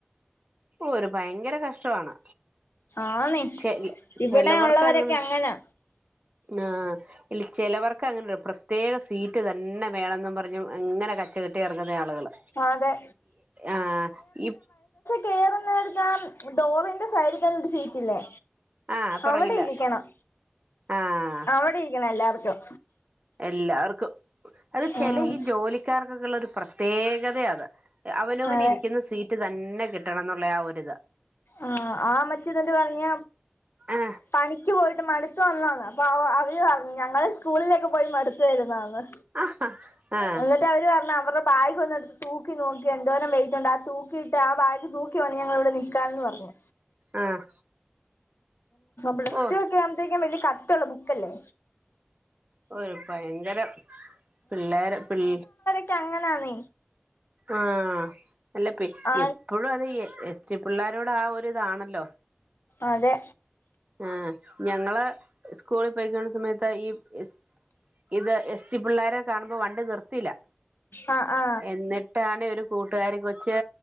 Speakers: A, on the right; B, on the left.
A: ഓ ഒരു ഭയങ്കര കഷ് ഇഷ്‌ടവാണ്.
B: ആന്നെ
A: ചെരി
B: ഇവിടെ
A: ചെലവർക്ക്
B: ഉള്ളവരൊക്കെ
A: അങ്ങനെ
B: അങ്ങനാ
A: ആഹ് ഇല്ല ചിലവർക്ക് അങ്ങനെ പ്രത്യേക സീറ്റ് തന്നെ വേണമെന്നും പറ ഞ്ഞ് ഇങ്ങനെ കച്ചകെട്ടി ഇറങ്ങുന്ന ആളുകള്
B: അതെ
A: ആഹ്. ഈ
B: കേറുന്നെടുത്താ ഡോറിന്റെ സൈഡിൽ തന്നെ ഒരു സീറ്റില്ലേ.
A: ആഹ് പുറകില
B: അവിടെ ഇരിക്കണം.
A: ആഹ്
B: അവിടെ ഇരിക്കണം എല്ലാവർക്കും.
A: എല്ലാവർക്കും. അത് ചെല
B: ഉം
A: ഈ ജോലിക്കാർക്കൊക്കെ ഉള്ള ഒരു പ്രത്യേകതയതാ അത്. അവനവന്
B: അതെ
A: ഇരിക്കുന്ന സീറ്റ് തന്നെ കിട്ടണം എന്നുള്ള ആ ഒരിതാ.
B: ആഹ് ആ അമ്മച്ചി തന്നെ എന്നിട്ട് പറഞ്ഞെ
A: ആഹ്
B: പണിക്ക് പോയിട്ട് മടുത്തു വന്നതാന്ന്. അപ്പൊ അവര് പറഞ്ഞു ഞങ്ങള് സ്കൂളിലൊക്കെ പോയി മടുത്തു വരുന്നതാന്ന്.
A: ആഹ് ആഹ്
B: എന്നിട്ട് അവര് പറഞ്ഞ് അവർടെ ബാഗ് ഒന്ന് എടുത്ത് തൂക്കി നോക്കിയെ, എന്തോരം വെയിറ്റുണ്ടെ ആ തൂക്കിയിട്ട ആ ബാഗ് തൂക്കിവേണം ഞങ്ങളിവിടെ നിൽക്കാനെന്ന് പറഞ്ഞു.
A: ആഹ്
B: പ്ലസ്ടു
A: ഓ
B: ഒക്കെ ആവുമ്പോഴത്തേക്കും വലിയ കട്ടിയുള്ള ബുക്കല്ലേ.
A: ഒരു ഭയങ്കരം പിള്ളേര് പി
B: പ്പ അങ്ങനാന്നെ.
A: ആഹ് അല്ല പെ
B: ആ
A: എപ്പോഴും അത് എസ് ടി പിള്ളോരോട് ആ ഒരു ഇതാണല്ലോ.
B: അതെ
A: ആഹ് ഞങ്ങള് സ്കൂളിൽ പോയിക്കൊണ്ടിരിക്കുന്ന സമയത്ത്. ഈ എസ് ഇത് എസ് റ്റി പിള്ളാരെ കാണുമ്പോ വണ്ടി നിർത്തില്ല.
B: ആ ആ
A: എന്നി ട്ടാണ് ഒരു കൂട്ടുകാരി കൊച്ച്